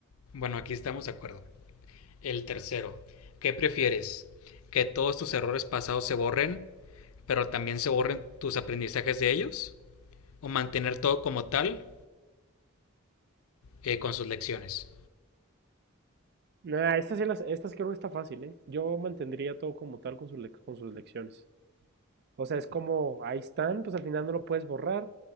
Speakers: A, on the left; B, on the right.
A: Bueno, aquí estamos de acuerdo. El tercero, ¿qué prefieres? ¿Que todos tus errores pasados se borren, pero también se borren tus aprendizajes de ellos? ¿O mantener todo como tal, eh, con sus lecciones?
B: Nah, estas, sí las- estas creo que no está fácil, ¿eh? Yo mantendría todo como tal con sus, lec- con sus lecciones. O sea, es como, ahí están, pues al final no lo puedes borrar,